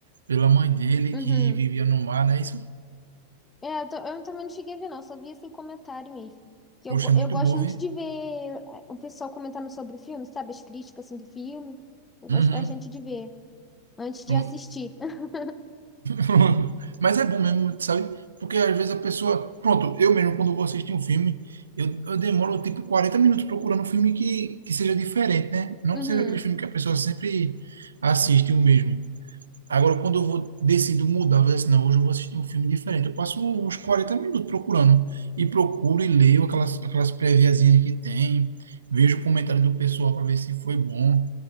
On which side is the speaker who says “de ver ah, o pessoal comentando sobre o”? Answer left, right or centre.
Left